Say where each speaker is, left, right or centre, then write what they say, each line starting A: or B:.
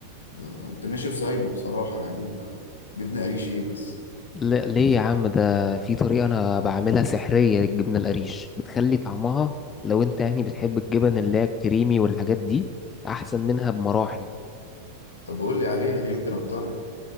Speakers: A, on the left; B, on the left.
A: آه، قمت ماشي وسايبه بصراحة يعني ما جبنة قريش ايه بس
B: لا ليه يا عم ده في طريقة انا بعملها سحرية للجبنة القريش بتخلي طعمها لو انت يعني بتحب الجبن اللي هي الكريمي والحاجات دي احسن منها بمراحل
A: طب قول لي عليها يمكن اقتنع